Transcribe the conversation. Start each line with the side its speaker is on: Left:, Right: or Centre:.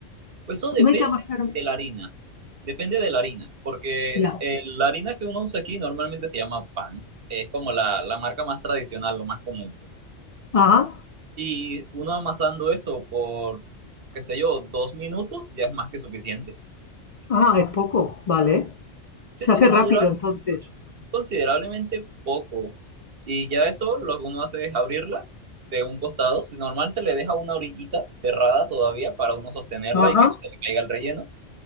Right: Pues eso depende
Left: No hay que amasar.
Right: de la harina, depende de la harina, porque
Left: Ya.
Right: eh, la harina que uno usa aquí normalmente se llama pan, es como la, la marca más tradicional, lo más común. pues.
Left: Ajá.
Right: Y uno amasando eso por, qué sé yo, dos minutos ya es más que suficiente.
Left: Ah, es poco, vale.
Right: Sí,
Left: Se
Right: sí,
Left: hace
Right: uno
Left: rápido
Right: dura
Left: entonces.
Right: considerablemente poco. Y ya eso lo que uno hace es abrirla de un costado. Si normal se le deja una orillita cerrada todavía para uno sostenerla
Left: Ajá.
Right: y que no se le caiga el relleno.